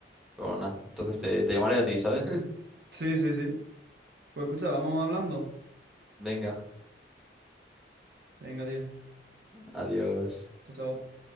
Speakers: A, in the centre; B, on the right.
A: Pero nada, entonces te, te llamaré a ti, ¿sabes? <laughs>
B: Sí, sí, sí. Pues escucha, vamos hablando.
A: Venga,
B: Venga, tío.
A: adiós.
B: Chao, chao.